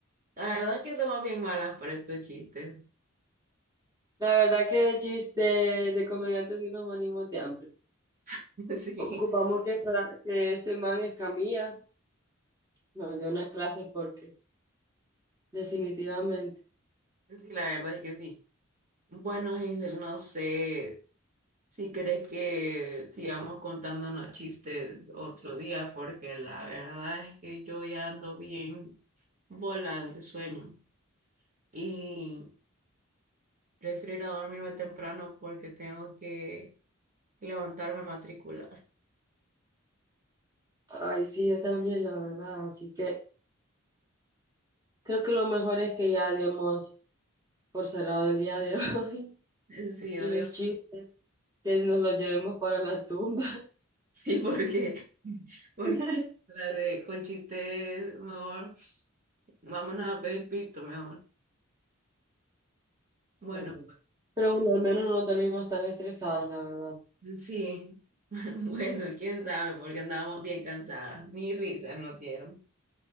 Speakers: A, on the right; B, on the right.
A: La verdad es que somos bien malas para estos chistes.
B: La verdad que de chis de, de comediantes sí nos morimos de hambre.
A: <laughs>
B: Ocupamos que, esta- que este man Escamilla nos dio unas clases porque definitivamente.
A: Sí, sí, la verdad es que sí. Bueno, Hazel, no sé si crees que sigamos contándonos chistes otro día, porque la verdad es que yo ya ando bien volada del sueño. Y Prefiero ir a dormirme temprano porque tengo que levantarme a matricular.
B: Ay, sí, yo también, la verdad. Así que creo que lo mejor es que ya demos por cerrado el día de hoy <laughs>
A: Sí,
B: y
A: odio.
B: los
A: <laughs>
B: chistes que nos los llevemos para la tumba.
A: Sí, porque, porque
B: <laughs>
A: la de- con chistes, mejor, vámonos a pedir pito, mejor.
B: Sí,
A: Bueno,
B: hombre. Pero bueno, al menos no dormimos tan estresadas, la verdad.
A: sí, <laughs> bueno, quién sabe, porque andábamos bien cansadas, ni risa nos dieron.